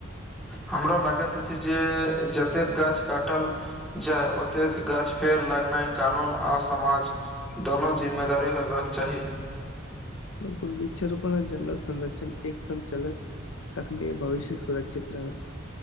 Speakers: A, in the centre; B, on the left.
A: हमरा लागैत अछि जे जतेक गाछ काटल जाय ओतेक गाछ फेड़ लगनाइ कानून आ समाज दोनो जिम्मेदारी होयबाक चाही।
B: बिलकुल वृक्षरोपण जंगल संरक्षण एक संग चलत। तखने भविष्य सुरक्षित रहत।